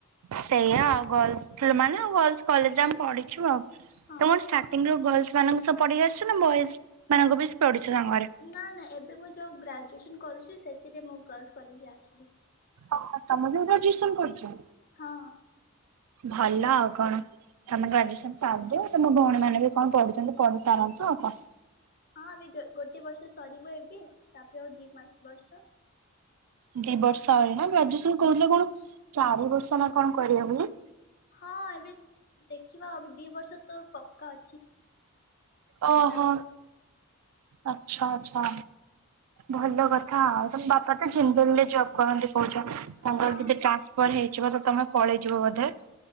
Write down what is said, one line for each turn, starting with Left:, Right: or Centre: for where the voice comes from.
Right: ସେୟା ଆଉ ଗର୍ଲସ୍ ଲ ମାନେ ଗର୍ଲସ୍ କଲେଜରେ ଆମେ ପଢିଛୁ ଆଉ
Left: ହଁ।
Right: ତମ ଷ୍ଟା ଟିଂରୁ ଗର୍ଲସ୍ ମାନଙ୍କ ସହ ପଢିକି ଆସିଛ ନା ବଏସ୍ ମାନଙ୍କୁ ବି ପଢିଛ ସାଙ୍ଗରେ?
Left: ନା ନା ଏବେ ମୁଁ ଯଉ ଗ୍ରାଜୁଏସନ୍ କରୁଛି ସେଥିରେ ମୁଁ ଗର୍ଲସ୍ କଲେଜରେ ଆସିଲି।
Right: ଓ ତମେ ବି ଗ୍ରାଜୁଏସନ୍ କରୁଚ?
Left: ହଁ।
Right: ଭଲ ଆଉ କଣ। ତମ ଗ୍ରାଜୁଏସନ୍ ସାର୍ ଦିଅ ତମ ଭଉଣୀ ମାନେ ବି କଣ ପଢୁଛନ୍ତି ପଢି ସାରନ୍ତୁ ଆଉ କଣ।
Left: ହଁ ଏବେ ଗୋ ଗୋଟେ ବର୍ଷ ସରିବ ଏବେ ତାପରେ ଆଉ ଦି ମା ବର୍ଷ।
Right: ଦି ବର୍ଷ ଆହୁରି ନା ଗ୍ରାଜୁଏସନ୍ କହୁଥିଲେ କଣ ଚାରି ବର୍ଷ ନା କଣ କରିବେ ବୋଲି।
Left: ହଁ ଏବେ ଦେଖିବା ଦି ବର୍ଷ ତ ପକ୍କା ଅଛି।
Right: ଓ
Left: ତାପରେ
Right: ହୋ ଆଚ୍ଛା ଆଚ୍ଛା। ଭଲ କଥା ଆଉ ତମ ବାପା ତ ଜିନ୍ଦଲ୍ ରେ ଜବ୍ କରନ୍ତି କହୁଛ। ତାଙ୍କର
Left: ହଁ।
Right: ଯଦି ଟ୍ରାନ୍ସଫର୍ ହେଇଯିବ ତ ତମେ ପଳେଇଯିବ ବୋଧେ?